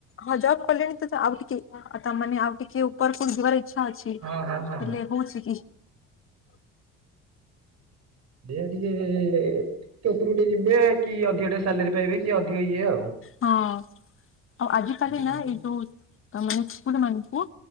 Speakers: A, on the left; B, on the right.
A: ହ ଜବ୍ କଲିଣି ତ ଆଉ ଟିକେ ତ ମାନେ ଆଉ ଟିକେ ଉପରକୁ ଯିବାରେ ଇ ଇଚ୍ଛା ଅଛି।
B: ହଁ ହଁ ହଁ।
A: ହେଲେ ହଉଛି କି।
B: ସେଇଆ ଟିକେ ଟିକେ ଉପରକୁ ଯିବେ କି ଅଧିକ ଟିକେ ସାଲେରୀ ପାଇବେ କି ଅଧିକ ଇଏ ଆଉ।
A: ହଁ ଆଉ ଆଜି କାଲି
B: ଏଇଟା
A: ନା
B: ମେନ୍
A: ଏଇ
B: ହୁଁ।
A: ଯୋଉ ମାନେ <unintelligible> ମାନଙ୍କୁ